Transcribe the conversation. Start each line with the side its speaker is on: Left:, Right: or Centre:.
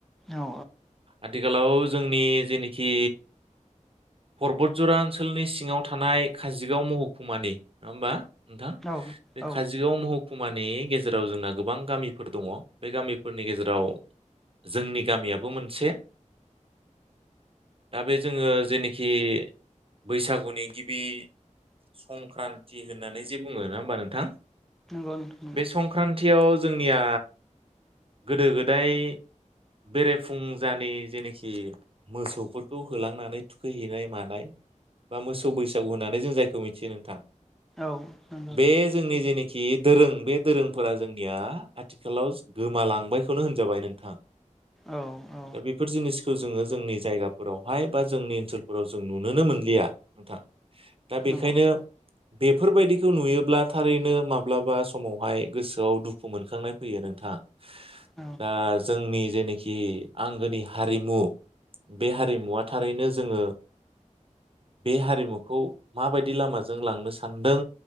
Centre: औ
Right: आथिखालाव जोंनि जेनोखि परबतजरा ओनसोलनि सिङाव थानाय काजिगाव महकुमानि नङा होमबा? नोंथां
Centre: औ
Right: बे
Centre: औ
Right: काजिगाव महकुमानि गेजेराव जोंना गोबां गामि फोर दङ बे गामिफोरनि गेजेराव जोंनि गामियाबो मोनसे दा बे जोङो जेनोखि बैसागुनि गिबि संक्रान्ति होननानै जे बुङो नङा होमबा नोंथां?
Centre: नंगौ नोंथां नंगौ
Right: बे संक्रान्तियाव निया गोदो गोदाय बेरेफुंजानि जेनोखि मोसौफोरखौ होलांनानै थुखैहैनाय मानाय बा मोसौ बैसागु होननानै जों जायखौ मिथियो नोंथां।
Centre: औ नंगौ
Right: बे जोंनि जेनोख कि दोरों बे दोरोंफोरा जोंनिया आथिखालाव गोमालांबायखौनो होनजाबाय नोंथां।
Centre: औ औ
Right: दा बेफोर जिनिसखौ जोङो जोंनि जायगाफोरावहाय बा जोंनि ओनसोलफोराव जों नुनोनो मोनलिया नोंथां। दा बेखायनो
Centre: नंगौ
Right: बेफोरबायदिखौ नुयोब्ला थारैनो माब्लाबा समावहाय गोसोआव दुखु मोन खांनाय फैयो नोंथां।
Centre: औ
Right: दा जोंनि जेने खि आंगोनि हारिमु बे हारिमुवा थारैनो जोङो बे हारिमुखौ माबायदि लामाजों लांनो सानदों